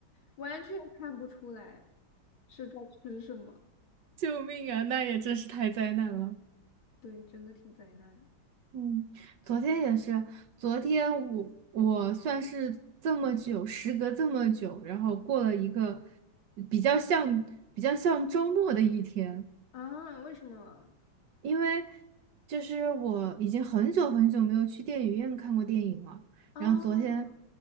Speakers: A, on the left (about 80°); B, on the right (about 65°).
A: 完全看不出来是在吃什么。
B: 救命啊！那也真是太灾难了。
A: 对，真的挺灾难的
B: 嗯，昨天也是，昨天我我算是这么久，时隔这么久，然后过了一个比较像比较像周末的一天。
A: 啊！为什么
B: 因为就是我已经很久很久没有去电影院看过电影了。
A: 啊？
B: 然后昨天，